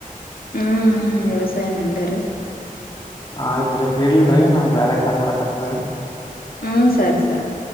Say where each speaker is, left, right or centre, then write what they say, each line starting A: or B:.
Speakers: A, on the left; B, on the left.
A: ಹ್ಮ್ ಹ್ಮ್ ವ್ಯವಸಾಯ ನೆಂಬೇರಿ
B: ಆಯ್ತ್ರಿರಿ ಹೇಳಲ್ರಿ ನಮ್ ಬೇರೆ ಕಾಲ್ ಬರಕತ್ತದರಿ
A: ಹ್ಮ ಸರಿ ಸರಿ